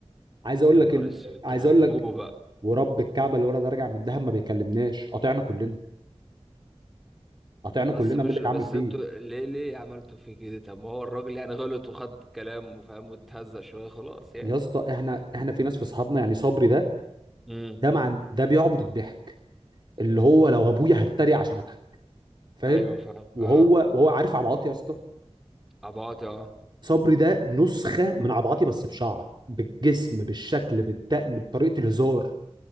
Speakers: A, on the right; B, in the centre.
A: عايز اقول
B: يا
A: لك
B: نهار
A: ان
B: اسود
A: عايز
B: راكبوه
A: اقول لك
B: بقى
A: ورب الكعبه الولد ده راجع من دهب ما بيكلمناش قاطعنا كلنا قاطعنا
B: بس
A: كلنا
B: مش
A: مين اللي اتعامل
B: بس
A: فيه
B: انتوا ليه ليه عملتوا في كده طب ما هو الراجل يعني غلط وخد كلام وفاهم واتهزق شوية خلاص يعني
A: يا اسطى احنا احنا في ناس في اصحابنا يعني صبري ده
B: امم
A: ده مع ده بيعبط الضحك اللي هو لو ابويا هتريق عشان اضحك فاهم
B: ايوه فاهم
A: وهو
B: اه
A: وهو عارف عبعاط يا اسطى
B: عباطي اه
A: صبري ده نسخة من عبعاطي بس بشعر بالجسم بالشكل بالدقن بطريقة الهزار